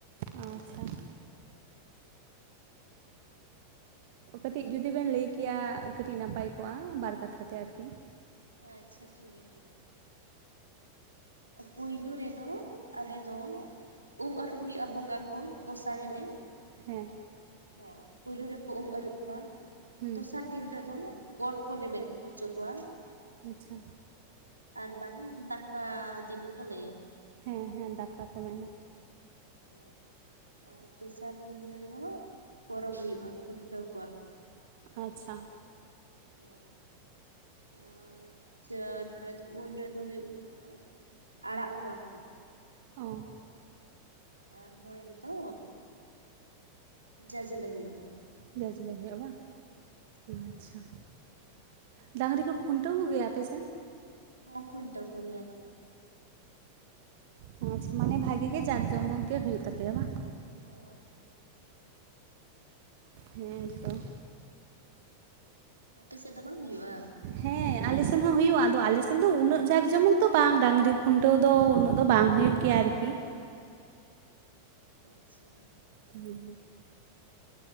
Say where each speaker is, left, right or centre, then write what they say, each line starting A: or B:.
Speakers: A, on the right (about 50°); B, on the right (about 85°).
A: ᱟᱪᱪᱷᱟ ᱠᱟᱹᱴᱤᱡ ᱡᱩᱫᱤ ᱵᱮᱱ ᱞᱟᱹᱭ ᱠᱮᱭᱟ ᱠᱟᱹᱴᱤᱡ ᱱᱟᱯᱟᱭ ᱠᱚᱜᱼᱟ ᱵᱟᱨ ᱠᱟᱛᱷᱟ ᱛᱮ ᱟᱨᱠᱤ
B: ᱟᱪᱪᱷᱟ ᱴᱷᱤᱠ ᱜᱮᱭᱟ ᱯᱩᱭᱞᱩ ᱨᱮᱫᱚ ᱟᱞᱮ ᱫᱚ ᱩᱢ ᱟᱹᱨᱩᱵ ᱦᱩᱭᱩᱜᱼᱟ ᱵᱚᱸᱜᱟ ᱠᱚ ᱜᱚᱸᱥᱬᱮ ᱨᱮ
A: ᱦᱮᱸ
B: ᱚ ᱯᱩᱭᱞᱩ ᱨᱮᱠᱚ ᱩᱢ ᱟᱹᱨᱩᱵ ᱠᱚᱣᱟ
A: ᱦᱩᱸ
B: ᱫᱚᱥᱟᱨ ᱫᱤᱱ ᱨᱮᱫᱚ ᱜᱚᱴ ᱠᱚ ᱞᱮᱵᱮᱫ ᱪᱚ ᱠᱚᱣᱟ
A: ᱟᱪᱷᱟ᱾
B: ᱟᱨ ᱵᱟᱝ ᱫᱟᱠᱟ ᱫᱤᱱ ᱦᱚᱸ ᱠᱚ ᱞᱟᱹᱭᱟ᱾
A: ᱦᱮᱸ ᱦᱮᱸ ᱫᱟᱠᱟ ᱠᱚ ᱢᱮᱱᱟ
B: ᱦᱮᱸ ᱟᱨ ᱛᱮᱥᱟᱨ ᱫᱤᱱ ᱨᱮᱦᱚ ᱯᱚᱨᱚᱵᱽ ᱦᱩᱭᱩᱜ-ᱟ ᱠᱷᱩᱱᱴᱟᱹᱣ ᱠᱚᱣᱟ ᱠᱚ᱾
A: ᱟᱪᱷᱟ᱾
B: ᱚ ᱟᱨ ᱪᱟ ᱨᱮ ᱯᱩᱱ ᱨᱮᱫᱚ ᱦᱩᱭᱩᱜ ᱠᱟᱱᱟ ᱟᱲᱟᱜ ᱠᱚᱣᱟ ᱠᱚ᱾
A: ᱚ
B: ᱟᱨ ᱢᱚᱬᱮ ᱨᱮᱫᱚ ᱡᱟᱡᱞᱮ ᱦᱩᱭᱩᱜ-ᱟ᱾
A: ᱡᱟ ᱡᱟ. ᱞᱮ ᱦᱩᱭᱩᱜᱼᱟ ᱵᱟᱝ
B: ᱦᱚᱸ
A: ᱟᱪᱷᱟ ᱰᱟᱝᱨᱤ ᱠᱚ ᱠᱷᱩᱱᱴᱟᱹᱣ ᱠᱚ ᱜᱮᱭᱟ ᱟᱯᱮᱥᱮᱱ?
B: ᱦᱚᱸ ᱚᱠᱚᱭ ᱰᱚᱵᱩᱠ ᱜᱮᱭᱟ ᱠᱚ
A: ᱚᱹ ᱟᱪᱷᱟ ᱢᱟᱱᱮ ᱵᱷᱟᱜᱮ ᱜᱮ ᱡᱟᱜ ᱡᱚᱢ ᱫᱚ ᱦᱩᱭᱩᱜ ᱛᱟᱯᱮᱭᱟ ᱵᱟᱝ
B: ᱦᱚᱸ
A: ᱦᱮᱸ ᱛᱚ
B: ᱟᱯᱮ ᱥᱮᱫ ᱫᱚ ᱵᱟᱝ ᱦᱩᱭᱩᱜᱼᱟ
A: ᱦᱮᱸ ᱟᱞᱮ ᱥᱮᱱ ᱦᱚᱸ ᱦᱩᱭᱩᱜᱼᱟ ᱟᱫᱚ ᱟᱞᱮ ᱥᱮᱱ ᱫᱚ ᱩᱱᱟᱹᱜ ᱡᱟᱠ ᱡᱚᱢᱚᱠ ᱫᱚ ᱵᱟᱝ ᱰᱟᱝᱨᱤ ᱠᱷᱩᱱᱴᱟᱹᱣ ᱫᱚ ᱩᱱᱟᱹᱜ ᱫᱚ ᱵᱟᱝ ᱦᱩᱭᱩᱜ ᱜᱤ ᱟᱨᱠᱤ
B: ᱟᱪᱷᱟ
A: ᱦᱩ